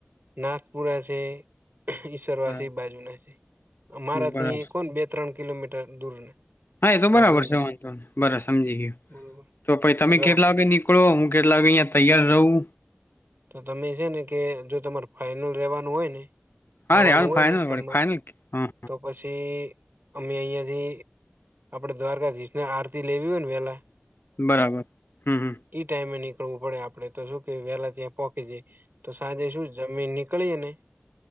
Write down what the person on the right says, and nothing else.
નાથપુરા છે ઈસરવા
છે એ બાજુના છે મારાથી
કોણ બે ત્રણ કિલોમીટર દૂર ને
વધુ
ને
બરોબર
જો
આપ
તો તમે છે ને કે જો તમારે ફાાઈનલ રેવાનું હોય ને
આવવાનું
હોય
નહ તમામાં
તો પછી અમે અહિયાં થી આપડે દ્વારકાધીશને આરતી લેવી હોય ને પેલા
ઈ ટાઈમે નીકળવું પડે આપડે તો શું કે વહેહલા ત્યાં પોહકીી જાય તો સાંજે શું જમીન નીકળ કળ એને